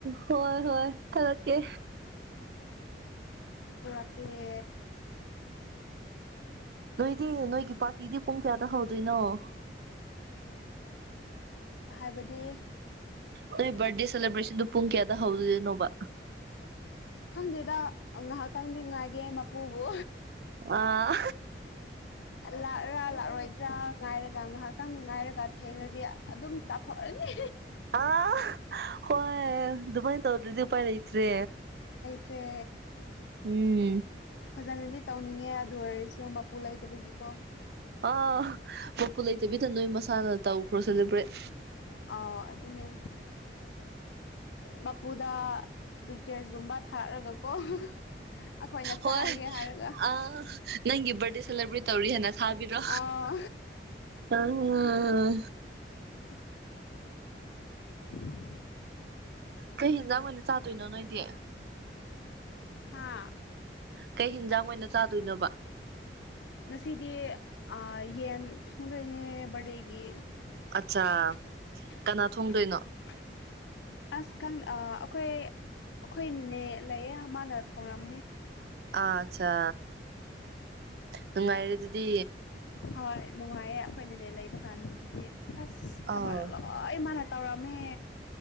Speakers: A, on the right (about 60°); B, on the left (about 80°).
A: ꯍꯣꯏ ꯍꯣꯏ ꯊꯔꯛꯀꯦ
B: ꯄꯨꯔꯛꯀꯦ <unintelligible>
A: ꯅꯣꯏꯗꯤ ꯅꯣꯏꯒꯤ ꯄꯥꯔꯇꯤꯗꯤ ꯄꯨꯡ ꯀꯌꯥꯗ ꯍꯧꯗꯣꯏꯅꯣ <inaudible>
B: ꯍꯥꯏꯕꯗꯤ
A: ꯅꯣꯏ ꯕꯥꯔꯗꯦ ꯁꯦꯂꯦꯕ꯭ꯔꯦꯁꯟꯗꯨ ꯄꯨꯡ ꯀꯌꯥꯗ ꯍꯧꯗꯣꯏꯅꯣꯕ
B: ꯁꯤꯗ ꯉꯥꯏꯍꯥꯛꯇꯪꯗꯤ ꯉꯥꯏꯒꯦ ꯃꯄꯨꯕꯨ
A: ꯑꯥ
B: ꯂꯥꯛꯔꯔꯥ ꯂꯥꯛꯑꯣꯏꯗ꯭ꯔꯥ ꯉꯥꯏꯔꯒ ꯉꯥꯢꯍꯥꯛ ꯈꯤꯇꯪ ꯉꯥꯏꯔꯒ ꯊꯦꯡꯉꯗꯤ ꯑꯗꯨꯝ ꯆꯥꯊꯣꯛꯔꯅꯤ
A: ꯑꯥ ꯍꯣꯏ ꯑꯗꯨꯃꯥꯏꯅ ꯇꯧꯗ꯭ꯔꯗꯤ ꯎꯄꯥꯏ ꯂꯩꯇ꯭ꯔꯦ
B: ꯆꯦ
A: ꯎꯝ
B: ꯐꯖꯅꯗꯤ ꯇꯧꯅꯤꯡꯉꯦ ꯑꯗꯨ ꯑꯣꯏꯔꯁꯨ ꯂꯩꯇꯕꯒꯤꯀꯣ
A: ꯑꯥ ꯃꯄꯨꯨ ꯂꯩꯇꯕꯤꯗ ꯅꯣꯏ ꯃꯁꯥꯅ ꯇꯧꯈ꯭ꯔꯣ ꯁꯦꯂꯦꯕ꯭ꯔꯦꯠ
B: ꯑ ꯑꯗꯨꯅꯦ ꯃꯄꯨꯗ ꯄꯤꯛꯆꯔꯁꯒꯨꯝꯕ ꯊꯥꯔꯒꯀꯣ ꯑꯩꯈꯣꯏꯅ
A: ꯍꯣꯏ
B: ꯆꯥꯔꯒꯦ ꯍꯥꯏꯔꯒ
A: ꯑ ꯅꯪꯒꯤ ꯕꯥ꯭ꯔꯠꯗꯦ ꯁꯦꯂꯦꯕ꯭ꯔꯦꯠ ꯇꯧꯔꯤ ꯍꯥꯏꯅ ꯊꯥꯕꯤꯔꯣ
B: ꯑꯥ
A: ꯑꯥ
B: <unintelligible>
A: ꯀꯩ ꯌꯦꯟꯖꯥꯡ ꯑꯣꯏꯅ ꯆꯥꯗꯣꯏꯅꯣ ꯅꯣꯏꯗꯤ
B: ꯍꯥꯥ
A: ꯀꯩ ꯍꯟꯖꯥꯡ ꯑꯣꯏꯅ ꯆꯥꯗꯣꯏꯅꯣꯕ
B: ꯉꯁꯤꯗꯤ ꯌꯦꯟ ꯊꯣꯡꯗꯣꯏꯅꯦ ꯕꯥ꯭ꯔꯠꯗꯦꯒꯤ
A: ꯑꯠꯆꯥ
B: <unintelligible>
A: ꯀꯅꯥ ꯊꯣꯡꯗꯣꯏꯅꯣ
B: ꯑꯁ ꯑꯩꯈꯣꯏ ꯑꯩꯈꯣꯏꯅꯅꯦ ꯂꯩꯌꯦ ꯃꯥꯅ ꯊꯣꯡꯔꯝꯅꯤ
A: ꯑ ꯆꯥ ꯅꯨꯡꯉꯥꯏꯔꯦ ꯑꯗꯨꯗꯤ
B: ꯍꯣꯏ ꯅꯨꯡꯉꯥꯏꯌꯦ ꯑꯩꯈꯣꯏꯅꯅꯦ ꯂꯩꯕ ꯀꯥꯟꯗꯗꯤ ꯑꯁ ꯊꯕꯛ
A: ꯑꯥꯎ
B: ꯂꯣꯏ ꯃꯥꯟꯅ ꯇꯧꯔꯝꯃꯦ